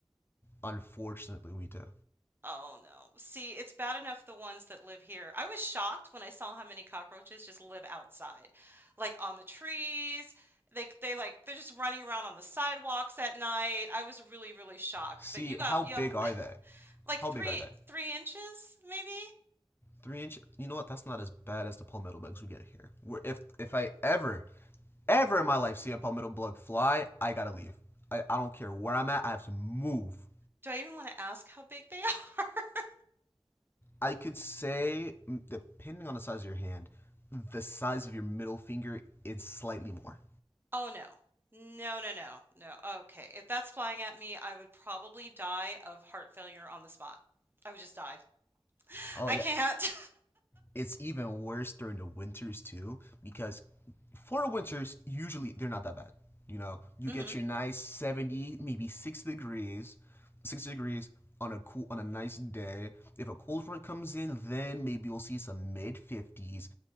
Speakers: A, on the left (about 20°); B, on the right (about 20°).
A: Unfortunately, we do.
B: Oh no. See, it's bad enough the ones that live here. I was shocked when I saw how many cockroaches just live outside, like on the trees. They they like they're just running around on the sidewalks at night. I was really, really shocked.
A: See,
B: But you got
A: how
B: yeah,
A: big are they?
B: <laughs> like
A: How
B: three
A: big are they?
B: three inches maybe?
A: Three inch. You know what? That's not as bad as the palmetto bugs we get here. Where if if I ever, ever in my life see a palmetto bug fly, I gotta leave. I, I don't care where I'm at. I have to move.
B: Do I even want to ask how big they are? <laughs>
A: I could say, depending on the size of your hand, the size of your middle finger is slightly more.
B: Oh no. No, no, no, no. Okay. If that's flying at me, I would probably die of heart failure on the spot. I would just die. <gasps> <laughs>
A: Oh
B: I
A: yeah,
B: can't.
A: it's even worse during the winters too because for winters usually they're not that bad you know
B: <laughs>
A: you get
B: hmm
A: your nice 70 maybe 6 degrees 6 degrees on a cool on a nice day if a cold front comes in then maybe you'll see some mid 50s